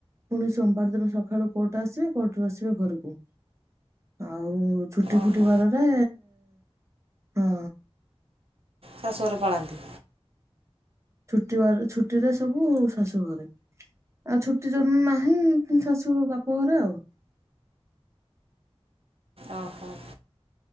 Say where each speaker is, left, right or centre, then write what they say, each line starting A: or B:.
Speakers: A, on the right; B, on the right.
A: ପୁଣି ସୋମବାର ଦିନ ସକାଳୁ କୋର୍ଟ ଆସିବେ କୋର୍ଟରୁ ଆସିବେ ଘରକୁ ଆଉ ଛୁଟି
B: ଓହୋ
A: ଫୁଟି ବାରରେ ହଁ।
B: ଶାଶୁ ଘର ପଳାନ୍ତି।
A: ଛୁଟି ବାରେ ଛୁଟିରେ ସବୁ ଶାଶୁ ଘରେ ଆଉ ଛୁଟି ଯଦି ନାହିଁ ଶାଶୁ ବାପ ଘରେ ଆଉ।
B: ଅହ।